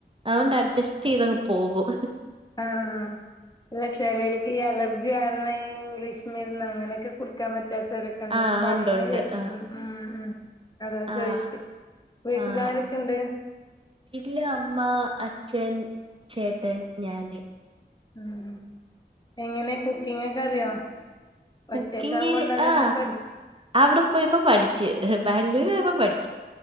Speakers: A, on the right; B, on the left.
A: അതുകൊണ്ട് അഡ്ജസ്റ്റ് ചെയ്തങ്ങ് പോകും
B: ആഹ് അല്ല ചെലർക്ക് ഈ അലർജി കാരണം ഈ ഇംഗ്ലീഷ് മരുന്ന് അങ്ങനെയൊക്കെ കുടിക്കാൻ പറ്റാത്തര് ണ്ട്
A: ആഹ്
B: പറയണ
A: ഉണ്ട് ഉണ്ട്
B: കേട്ടിട്ടുണ്ട്
A: ആഹ്
B: ഉം ഉം അതാ ചോയിചേ
A: ആഹ്
B: വീട്ടിൽ
A: ആഹ്
B: ആരൊക്കെണ്ട്
A: വീട്ടില് അമ്മ അച്ഛൻ ചേട്ടന് ഞാന്
B: ഉം എങ്ങനെ കുക്കിംഗ്‌ ഒക്കെ അറിയോ
A: കുക്കിംഗ്‌
B: ഒറ്റക്കാവോണ്ട് അതൊക്കെ
A: ആഹ്
B: പഠിച്ച്
A: അവിടെ പോയപ്പോ പഠിച്ച് ബാംഗ്ലൂര് പോയപ്പോ പഠിച്ച്